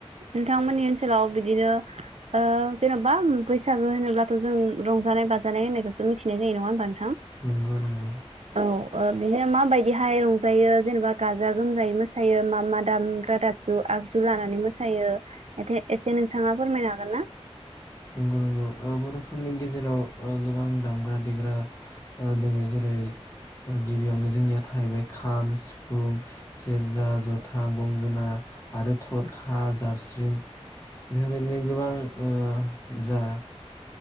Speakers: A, on the right; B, on the left.
A: नोंथांमोननि सोलाव‌ बिदिनो ओ जेनब बा बैसागो होनोब्लाथ' जों रंजानाय बाजानाय होननायखौसो मिथिनाय जायो नंङा होमबा नोंथां।
B: नंगौ नंगौ।
A: औ ओ बिनो माबायदिहाय रंजायो जेनेबा गाजा गोमजायै मोसायो मा मा दामग्रा दागजु आगजु लानानै मोसायो ए एसे नोंथांङा फोरमायनो हागोन ना?
B: नंगौ नंगौ ओ बर'फोरनि गेजेराव ओ गोबां दामग्रा देग्रा ओ दोङो जेरै ओ गिबियावनो जोंनिया थाहैबाय खाम, सिफुं, सेरजा, जथा, गंगोना आरो थरखा, जाबस्रिं, बेफोरबायदिनो गोबां ओ जा